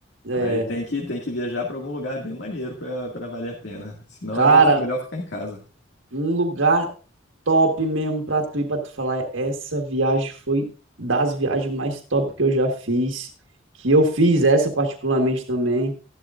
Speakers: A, on the right (about 85°); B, on the left (about 65°).
A: é,
B: Aí tem que, tem que viajar pra algum lugar bem maneiro pra pra valer a pena. Senão,
A: cara,
B: às vezes, é melhor ficar em casa.
A: um lugar top mesmo pra tu ir, pra tu falar, essa viagem foi das viagens mais top que eu já fiz, que eu fiz essa particularmente também.